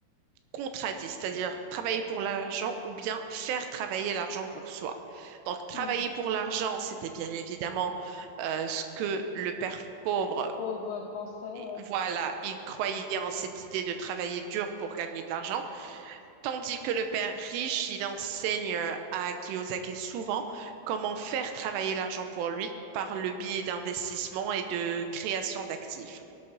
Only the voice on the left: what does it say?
Hmm,
Pauvre pensée, ouais.